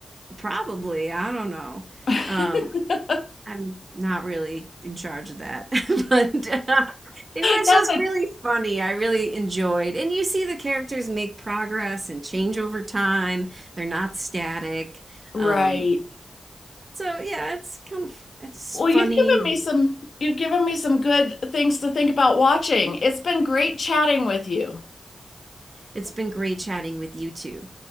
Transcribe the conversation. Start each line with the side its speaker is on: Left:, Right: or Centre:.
Right: <laughs> Probably, I don't know.
Left: <laughs>
Right: Um, I'm not really in charge of that, <laughs> but, uh, it was
Left: That's
Right: just
Left: a
Right: really funny, I really enjoyed and you see the characters make progress and change over time, they're not static,
Left: right.
Right: um, so yeah, it's kind of it's
Left: Well,
Right: funny,
Left: you've given me some you've given me some good things to think about watching. It's been great chatting with you.
Right: it's been great chatting with you two.